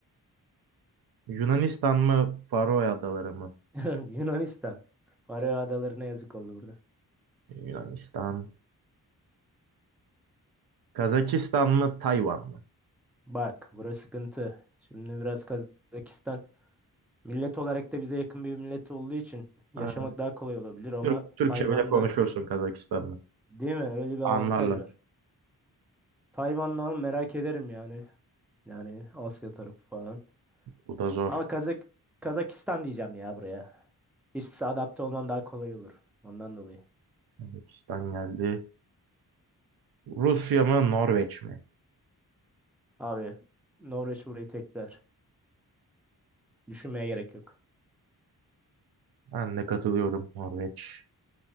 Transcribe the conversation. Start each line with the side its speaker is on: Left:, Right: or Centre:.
Right: Yunanistan mı, Faroe Adaları mı?
Centre: <laughs> Yunanistan. Faroe Adaları'na yazık oldu burada.
Right: Yunanistan. Kazakistan mı, Tayvan mı?
Centre: Bak burası sıkıntı. Şimdi biraz Kazakistan millet olarak da bize yakın bir millet olduğu için yaşamak
Right: Ha,
Centre: daha kolay olabilir ama
Right: Türk, Türkçe
Centre: Tayvan'da
Right: bile konuşursun Kazakistan'la.
Centre: değil mi? Öyle bir
Right: Anlarlar.
Centre: avantaj var. Tayvan'da ama merak ederim yani. Yani Asya tarafı falan.
Right: Bu da zor.
Centre: Ama Kazak Kazakistan diyeceğim ya buraya. İşte adapte olman daha kolay olur. Ondan dolayı.
Right: Kazakistan geldi. Rusya mı, Norveç mi?
Centre: Abi Norveç burayı tekrar. Düşünmeye gerek yok.
Right: Ben de katılıyorum Norveç.